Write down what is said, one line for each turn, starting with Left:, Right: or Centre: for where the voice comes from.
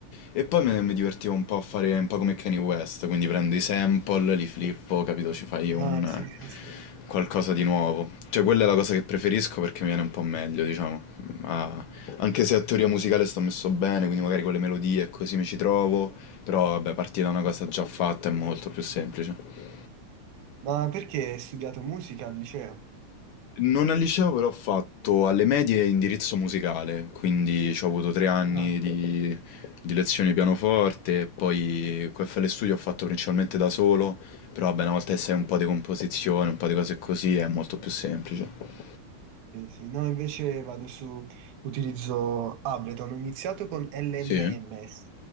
Left: e poi me- mi divertivo un po' a fare un po' come Kanye West, quindi prendo i sample, li flippo, capito, ci fai
Right: Ah,
Left: un eh,
Right: sì, sì, sì.
Left: qualcosa di nuovo. Cioè, quella è la cosa che preferisco perché mi viene un po' meglio, diciamo. Ma anche se a teoria musicale sto messo bene, quindi magari con le melodie e così mi ci trovo, però vabbè, partire da una cosa già fatta è molto più semplice.
Right: Ma perché hai studiato musica al liceo?
Left: Non al liceo, però ho fatto alle medie indirizzo musicale, quindi ci ho avuto tre anni
Right: Ah.
Left: di, di lezioni di pianoforte, e poi QFL Studio ho fatto principalmente da solo, però vabbè, una volta che sai un po' di composizione, un po' di cose così, è molto più semplice.
Right: Sì, sì. No, invece vado su, utilizzo Ableton. Ho iniziato con LMMS,
Left: Sì?